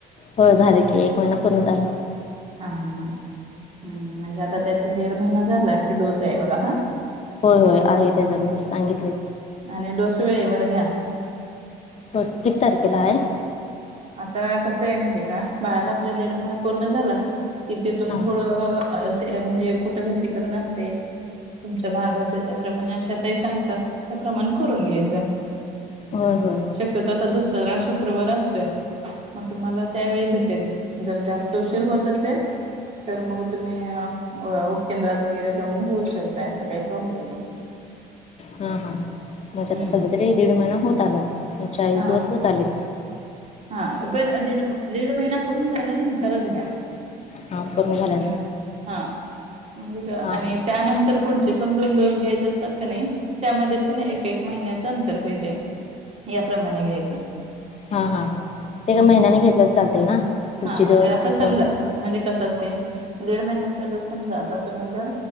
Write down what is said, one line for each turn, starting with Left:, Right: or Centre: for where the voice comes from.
Left: होय झालं की एक महिना पूर्ण झालं
Right: हा हा ह हम म्हणजे आता त्याचा दीड महिना झाला की डोस आहे बघा हा
Left: होय होय आहे त्याचा डोस सांगितलय
Right: आणि डोस वेळेवर घ्या.
Left: होय किती तारखेला हाय?
Right: आता कसं आहे माहित्ते काय बाळाला आपल्या दीड महिना पूर्ण झाला कि तिथून
Left: हां
Right: पुढं असे म्हणजे कुठ लसीकरण असते, तुमच्या भागाचं त्याप्रमाणे आशातही सांगतात त्याप्रमाणे करून घ्यायचं.
Left: होय होय!
Right: शक्यतो आता दुसरा शुक्रवार असतोय मग तुम्हाला त्यावेळी भेटेल जर जास्त उशीर होत असेल तर मग तुम्ही उपकेंद्रात वगैरे जाऊन घेऊ शकता असं काही प्रॉब्लेम नाही.
Left: हा हा म्हणजे
Right: हम्म
Left: आता सध्या तरी दीड महिना होत आला चाळीस
Right: हा
Left: दिवस होत आलेत
Right: हा पण दीड दीड महिना पूर्ण झाल्या नंतरच घ्या,
Left: हा पूर्ण झाले
Right: नय हा म्हणजे का
Left: हां
Right: आणि त्यानंतर पुढचे पण दोन डोस घ्यायचे असतात का नाही त्यामध्ये पण एक एक महिन्याच अंतर पाहिजे, याप्रमाणे घ्यायचं,
Left: हां हां!
Right: हम्म
Left: ते काय महिन्याने घेतलं तर चालतय ना पुढची
Right: हा म्हणजे
Left: दोनत
Right: आता समजा म्हणजे कसं असते दीड महिन्याचा डोस समजा आता तुम्ही जर